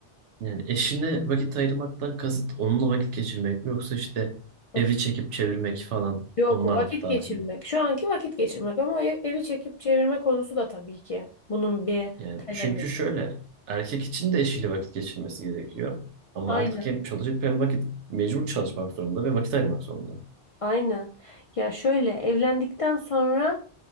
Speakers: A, on the right; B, on the left.
A: Yani eşine vakit ayırmaktan kasıt onunla vakit geçirmek mi yoksa işte
B: Vakit
A: evi çekip çevirmek falan
B: Yok
A: onlar
B: o vakit
A: dahil
B: geçirmek. Şu anki vakit geçirmek ama ev- evi çekip çevirme konusu da tabii ki bunun bir
A: Yani
B: kalemi.
A: çünkü şöyle erkek için de eşiyle vakit geçirmesi gerekiyor. Ama
B: Aynen.
A: erkek hem çalışıp hem vakit mecbur çalışmak zorunda ve vakit ayırmak zorunda.
B: Aynen. Ya şöyle evlendikten sonra